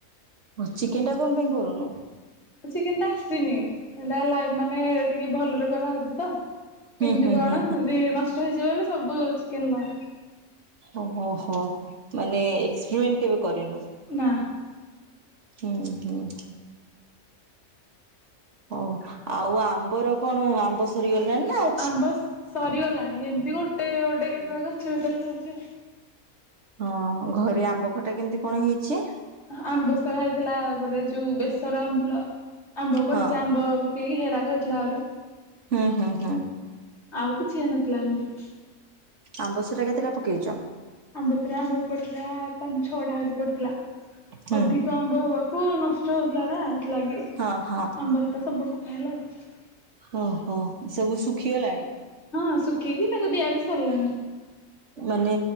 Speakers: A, on the right (about 60°); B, on the left (about 55°).
A: ହୋ ଚିକେନ ଟା କଣ ପାଇଁ କରୁନୁ?
B: ଟି ଚିକିନଟା ଆସିନି ଲା ଲା ମାନେ ଟିକେ ଭଲରେ କରାହୋଉଛି ତ।
A: ହୁଁ
B: କେମିତି
A: ହୁଁ
B: କଣ
A: ହୁଁ
B: ଯଦି ନଷ୍ଟ ହେଇଯିବ ଲେ ସବୁ ଚିକେନ ଲା
A: ଓହୋହୋ ମାନେ ଏକ୍ସପେରିଏଣ୍ଟ କେବେ କରିନୁ?
B: ନା।
A: ହୁଁ ହୁଁ। ହୋଊ ଆଉ ଆମ୍ବର କଣ ଆମ୍ବ ସ ଥିରିଗଲାଣି ନା ଆଉ
B: ଆମ୍ବ ସରିଗଲାଣି ଏମିତି ଗୋଟେ ଗୋଟେ କେତେବେଳେ ଗଛ ଭିତରେ ରହୁଚି ଆଉ।
A: ହଁ ଘରେ ଆମ୍ବ ଖଟା କେମିତି କଣ ହେଇଛି?
B: ଆ ଆମ୍ବସରା ହେଇଥିଲା ପରେ ଯୋଉ ବେସର ଆମ୍ବୁଲ ଆମ୍ବ କଞ୍ଚ
A: ହଁ
B: ଆମ୍ବ ପକେଇକି ହେରାଗ ହେଥିଲା ଆରି।
A: ହୁଁ ହୁଁ ହୁଁ।
B: ଆଉ କିଛି ହେଇନଥିଲା ଏମତି।
A: ଆମ୍ବସାର କେତେଟା ପକେଇଚ?
B: ଆମ୍ବସରା ଆମର ପଡିଥିଲା ପାନ୍ ଛଅଟା ହରି ପଡିଥିଲା।
A: ହୁଁ।
B: ଅଧିକ ଆମ୍ବ ହବାକୁ ନଷ୍ଟ ହଉଥିଲା ନା ସେଥିଲାଗି
A: ହଁ ହଁ
B: ଆମ୍ବ ସାରା ସବୁ ପକା ହେଲା ଆଉ।
A: ଓହୋ ସବୁ ଶୁଖିଗଲାଣି।
B: ହଁ ସୁଖି କିି ତାକୁ ଦିଆ ବି ସରିଲାଣି।
A: ମାନେ